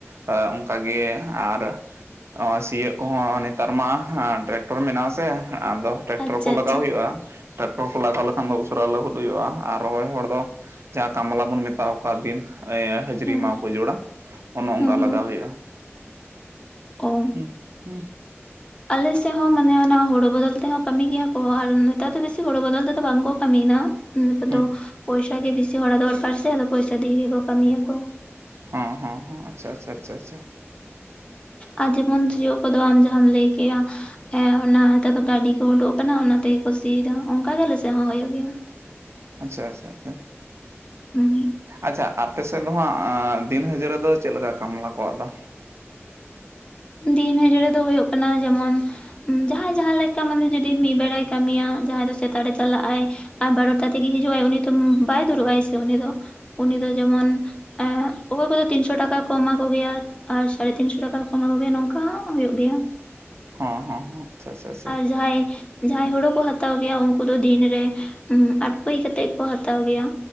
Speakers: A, on the right (about 65°); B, on the left (about 25°).
A: ᱮ ᱚᱱᱠᱟᱜᱮ ᱟᱨ ᱥᱤᱭᱳᱜ ᱠᱚᱦᱚᱸ ᱱᱮᱛᱟᱨ ᱢᱟ ᱴᱨᱟᱠᱴᱚᱨ ᱢᱮᱱᱟᱜ ᱟᱥᱮ ᱟᱫᱚ ᱴᱨᱟᱠᱴᱚᱨ
B: ᱟᱪᱪᱷᱟ
A: ᱠᱚ
B: ᱟᱪᱪᱷᱟ
A: ᱞᱟᱜᱟᱣ ᱦᱩᱭᱩᱜᱼᱟ ᱴᱨᱟᱠᱴᱚᱨ ᱠᱚ ᱞᱟᱜᱟᱣ ᱞᱮᱠᱷᱟᱱ ᱫᱚ ᱩᱥᱟᱹᱨᱟ ᱞᱟᱹᱦᱩᱫ ᱦᱩᱭᱩᱜᱼᱟ ᱟᱨ ᱨᱚᱦᱚᱭ ᱦᱚᱲ ᱫᱚ ᱡᱟᱦᱟᱸ ᱠᱟᱢᱞᱟ ᱵᱚᱱ ᱢᱮᱛᱟ ᱟᱠᱚ ᱟᱵᱤᱱ ᱦᱟᱹᱡᱨᱤ
B: ᱦᱩᱸ
A: ᱢᱟ ᱠᱚ ᱡᱚᱲᱟ ᱚᱱᱮ ᱚᱱᱠᱟ
B: ᱦᱩᱸ ᱦᱩᱸ
A: ᱞᱟᱜᱟᱣ ᱦᱩᱭᱩᱜᱼᱟ
B: ᱚ
A: ᱦᱩ ᱦᱩ
B: ᱟᱞᱮ ᱥᱮᱫ ᱦᱚᱸ ᱢᱟᱱᱮ ᱚᱱᱟ ᱦᱳᱲᱳ ᱵᱚᱫᱚᱞ ᱛᱮᱦᱚᱸ ᱠᱟᱹᱢᱤ ᱜᱮᱭᱟ ᱠᱚ ᱟᱨ ᱱᱮᱛᱟᱨ ᱫᱚ ᱵᱮᱥᱤ ᱦᱳᱲᱳ ᱵᱚᱫᱚᱞ ᱛᱮᱫᱚ ᱵᱟᱝ ᱠᱚ ᱠᱟᱹᱢᱤᱭ ᱫᱟ᱾ ᱱᱮᱛᱟᱨ
A: ᱦᱩᱸ
B: ᱫᱚ ᱯᱚᱭᱥᱟ ᱜᱮ ᱵᱤᱥᱤ ᱦᱚᱲᱟᱜ ᱫᱚᱨᱠᱟᱨ ᱥᱮ ᱟᱫᱚ ᱯᱚᱭᱥᱟ ᱫᱤᱭᱮ ᱜᱮᱠᱚ ᱠᱟᱹᱢᱤᱭᱟᱠᱚ
A: ᱦᱮᱸ ᱦᱮᱸ ᱦᱮ ᱟᱪᱷᱟ ᱟᱪᱷᱟ ᱟᱪᱷᱟ
B: ᱟᱨ ᱡᱮᱢᱚᱱ ᱡᱳᱜ ᱠᱚᱫᱚ ᱟᱢ ᱡᱟᱸᱦᱟᱢ ᱞᱟᱹᱭ ᱠᱮᱜᱼᱟ ᱦᱮᱸ ᱚᱱᱟ ᱱᱮᱛᱟᱨ ᱫᱚ ᱜᱟᱹᱰᱤ ᱠᱚ ᱩᱰᱩᱠ ᱟᱠᱟᱱᱟ ᱚᱱᱟ ᱛᱮᱜᱮᱠᱚ ᱥᱤᱭᱫᱟ ᱚᱱᱠᱟ ᱜᱮ ᱟᱞᱮᱥᱮ ᱦᱚᱸ ᱦᱩᱭᱩᱜ ᱜᱮᱭᱟ
A: ᱟᱪᱪᱷᱟ ᱟᱪᱪᱷᱟ ᱟᱪᱪᱷᱟ
B: ᱦᱩᱸ
A: ᱟᱪᱪᱷᱟ ᱟᱯ ᱟᱯᱮᱥᱮᱫ ᱫᱚ ᱦᱟᱸᱜ ᱫᱤᱱᱦᱟᱹᱡᱟᱹᱨ ᱨᱮ ᱫᱚ ᱪᱮᱫ ᱞᱮᱠᱟ ᱠᱟᱢᱞᱟ ᱠᱚᱣᱟᱜ ᱫᱚ
B: ᱫᱤᱱ ᱦᱟ. ᱡᱲᱟ. ᱫᱚ ᱦᱳᱭᱳᱜ ᱠᱟᱱᱟ ᱡᱮᱢᱚᱱ ᱡᱟᱦᱟᱸᱭ ᱡᱟᱦᱟᱸ ᱞᱮᱠᱟ ᱢᱟᱱᱮ ᱡᱩᱫᱤ ᱢᱤᱫ ᱵᱮᱲᱟᱭ ᱠᱟᱹᱢᱤᱭᱟ ᱡᱟᱦᱟᱸᱭ ᱫᱚ ᱥᱮᱛᱟᱜ ᱨᱮ ᱪᱟᱞᱟᱜ ᱟᱭ ᱟᱨ ᱵᱟᱨᱚᱴᱟ ᱛᱮᱜᱮ ᱦᱤᱡᱩᱜ ᱟᱭ ᱩᱱᱤ ᱛᱚ ᱵᱟᱭ ᱫᱩᱲᱩᱵ ᱟᱭ ᱥᱮ ᱩᱱᱤ ᱫᱚ ᱩᱱᱤ ᱫᱚ ᱡᱮᱢᱚᱱ ᱮ ᱚᱠᱚᱭ ᱠᱚᱫᱚ ᱛᱤᱱᱥᱚ ᱴᱟᱠᱟ ᱠᱚ ᱮᱢᱟ ᱠᱚ ᱜᱮᱭᱟ ᱟᱨ ᱥᱟᱲᱮ ᱛᱤᱱᱥᱚ ᱴᱟᱠᱟ ᱚᱱᱟ ᱠᱚᱜᱮ ᱱᱚᱝᱠᱟ ᱦᱳᱭᱳᱜ ᱜᱮᱭᱟ
A: ᱦᱚᱸ ᱦᱚᱸ ᱦᱚᱸ ᱟᱪᱪᱷᱟ ᱟᱪᱪᱷᱟ ᱟᱪᱪᱷᱟ
B: ᱟᱨ ᱡᱟᱦᱟᱸᱭ ᱡᱟᱦᱟᱸᱭ ᱦᱳᱲᱳ ᱠᱚ ᱦᱟᱛᱟᱣ ᱜᱮᱭᱟ ᱩᱱᱠᱩ ᱫᱚ ᱫᱤᱱᱨᱮ ᱟᱴᱯᱟᱹᱭ ᱠᱟᱛᱮᱜ ᱠᱚ ᱦᱟᱛᱟᱣ ᱜᱮᱭᱟ